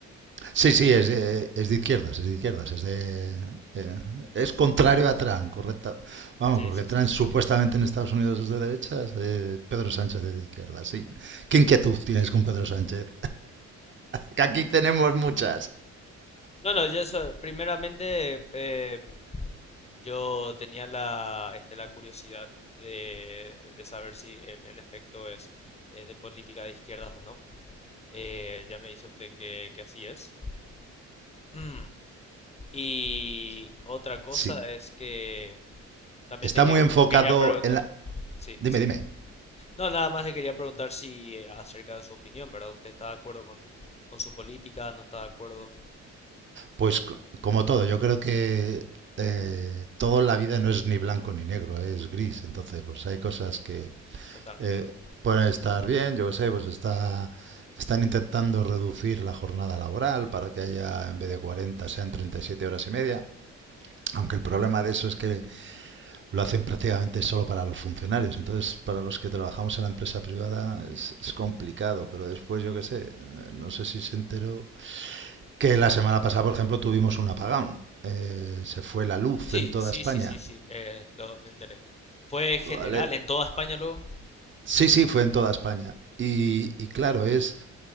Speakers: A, on the right; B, on the left.
A: Sí, sí, es de, es de izquierdas, es de izquierdas, es de... eh, es contrario a Trump, correcta. Vamos,
B: Sí,
A: porque
B: sí,
A: Trump
B: sí. sí.
A: supuestamente en Estados Unidos es de derechas, eh, Pedro Sánchez es de izquierdas, sí. ¿Qué inquietud tienes con Pedro Sánchez? Que aquí tenemos muchas.
B: No, no, yo so- primeramente em, yo tenía la, este, la curiosidad de, de saber si eh, en efecto es eh, de política de izquierdas o no. Eh, ya me dice usted que, que así es. <clears throat> Mm. Y otra cosa
A: Sí,
B: es que también
A: está
B: te que-
A: muy
B: te
A: enfocado
B: quería preguntar.
A: en la...
B: Sí,
A: Dime,
B: sí.
A: dime.
B: sí. No, nada más le quería preguntar si eh, acerca de su opinión, ¿verdad? ¿Usted está de acuerdo con, con su política? ¿No está de acuerdo?
A: Pues c- como todo, yo creo que eh, todo en la vida no es ni blanco ni negro, eh, es gris. Entonces, pues hay cosas que
B: Totalmente.
A: eh, pueden estar bien, yo qué sé, pues está, están intentando reducir la jornada laboral para que haya, en vez de 40, sean 37 horas y media. Aunque el problema de eso es que lo hacen prácticamente solo para los funcionarios. Entonces, para los que trabajamos en la empresa privada es, es complicado, pero después, yo qué sé, eh, no sé si se enteró que la semana pasada, por ejemplo, tuvimos un apagón. Eh, se fue la luz
B: Sí,
A: en toda
B: sí,
A: España.
B: sí, sí, sí, eh, lo, me enteré. ¿Fue general
A: ¿Vale?
B: en toda España luego?
A: Sí, sí, fue en toda España. Y, y claro, es